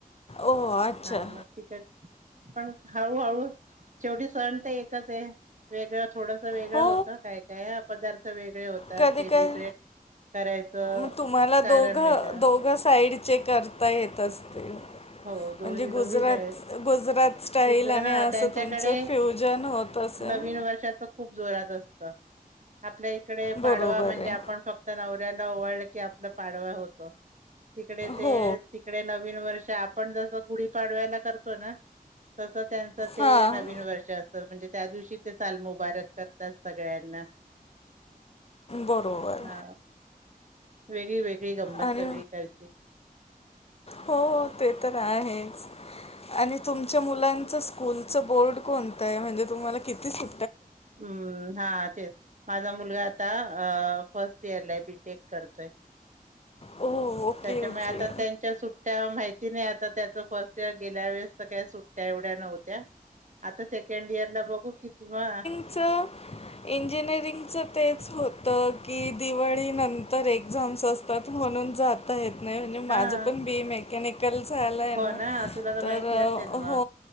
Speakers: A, on the left; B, on the right.
A: ओह! अच्छा.
B: हा मग तिकड पण हळूहळू शेवटी सण त एक त ते वेगळं थोडसं वेगळं
A: हो,
B: होतं, काय काय पदार्थ वेगळे होत त्यात
A: कधी
B: सेलिब्रेट
A: काय
B: करायचं
A: मग तुम्हाला
B: कारण
A: दोघं
B: वेगळं
A: दोघं साईडचे करता येत असतील.
B: हो दोरी
A: म्हणजे
B: दोघी
A: गुजरात
B: श आहेत
A: गुजरात स्टाईल
B: <unintelligible>
A: आणि
B: हां
A: असं
B: त्यांच्याकडे
A: तुमचं फ्युजन होत असेल.
B: नवीन वर्षाचा खूप जोरात असतं आपल्याइ कडे
A: बरोबर
B: पाडवा म्हणजे
A: आहे.
B: आपण फक्त <unintelligible> <unintelligible> की आपला पाडवा होतो. तिकडे ते
A: हो.
B: तिकडे नवीन वर्ष आपण जसं गुढी पाडव्याला करतो ना तसं त्यांचं ते
A: हां,
B: नवीन वर्ष अस त म्हणजे त्या दिवशी ते साल मुबारक करतात सगळ्यांना
A: बरोबर.
B: हा वेगळी वेगळी गंमत
A: आणि
B: सगळीकडची
A: हो ते तर आहे. आणि तुमच्या मुलांचं स्कूलच बोर्ड कोणत आहे म्हणजे तुम्हाला किती सु
B: हम्म हां तेच. माझा मुलगा आता अ फर्स्ट इयरला आहे बीटेक करतोय.
A: ओ ओके
B: त्याच्यामुळे
A: ओके
B: आता त्यांच्या सुट्ट्या माहि ती नाही आता त्याचं फर्स्ट इयर गेल्यावेळेस तर काय सुट्ट्या एवढ्या नव्हत्या. आता सेकंड इयरला बघू की किंवा
A: च इंजिनिअरिंगचं तेच होतं की दिवाळीनंतर एक्झाम असतात म्हणून जाता ये त नाही म्हणजे माझं
B: हा
A: पण बी ए मेकॅनि कल झालंय
B: हो
A: ना
B: तुला
A: तर
B: माहिती असेल मग
A: हो